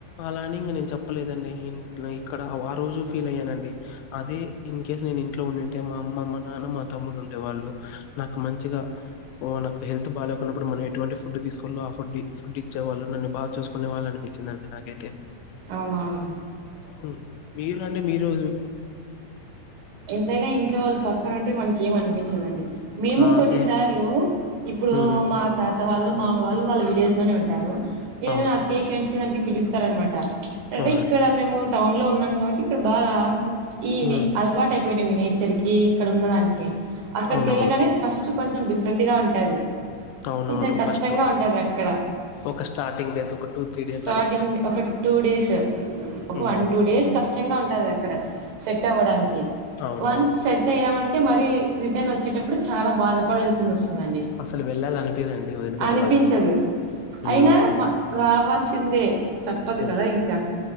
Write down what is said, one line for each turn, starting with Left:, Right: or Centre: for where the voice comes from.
Left: అలా అని ఇంగ నేను చెప్పలేదండి ఇం ట్లో ఇక్కడ ఆ రోజు ఫీల్ అయ్యానండి అదే ఇన్ కేస్ నేను ఇంట్లో ఉండింటే మా అమ్మ మా నాన్న మా తమ్ముడు ఉండే వాళ్ళు నాకు మంచిగా నాకు హెల్త్ బాలేకున్నప్పుడు మనం ఎటువంటి ఫుడ్ దీసుకోవాలో ఫుడ్ ఫుడ్ ఇచ్చేవాళ్ళు నన్ను బాగా చూసుకునే వాళ్ళు అనిపించిందండి నాకైతే
Right: అవునవును
Left: ఉమ్ మీరు అండి మీరోజు
Right: ఎంతైనా ఇంట్లో వాళ్ళు పక్కన ఉంటే మనకి ఏమ్ అనిపించదండి మేము
Left: ఆ
Right: కొన్నిసార్లు
Left: అదే
Right: ఇప్పుడు
Left: మ్మ్
Right: మా తాత వాళ్ళు మా మామ్మ వాళ్ళు వాళ్ళు విలేజ్ లోనే ఉంటారు ఏ
Left: అవునా
Right: అకేషన్స్ కి దానికి పిలుస్తారన్నమాట అంటే
Left: అవునండి
Right: ఇక్కడ మేము టౌన్ లో ఉన్నాం గాబట్టి ఇక్కడ బాగా ఈ
Left: మ్మ్
Right: నే అల్వాట్ అయిపోయింట మీ నేచర్ కి ఇక్కడ ఉన్న దానికి అక్కడికి
Left: అవునవును
Right: యెళ్ళగానే ఫస్ట్ కొంచెం డిఫరెంట్ గా ఉంటది
Left: అవునవును
Right: కొంచెం కష్టంగా
Left: ఫస్ట్లో
Right: ఉంటది అక్కడ
Left: ఒక స్టార్టింగ్ డేస్ ఒక టూ త్రీ డేస్
Right: స్టార్టింగ్
Left: అలా
Right: ఒక టూ డేస్ ఒక
Left: ఉమ్
Right: వన్ టూ డేస్ కష్టంగా ఉం టది అక్కడ సెట్ అవ్వడానికి
Left: అవునవును
Right: వన్స్ సెట్ అయ్యామంటే మరి రిటర్న్ వచ్చ వచ్చేటప్పుడు చాలా బాధపడాల్సింది వస్త్ దండి
Left: అసలు వెళ్ళాలనిపిదండి వదిలిపెట్టి
Right: అనిపించదు
Left: వాళ్ళని ఉమ్
Right: అయినా రావాల్సి సిందే తప్పదు
Left: ఉమ్
Right: గదా ఇంకా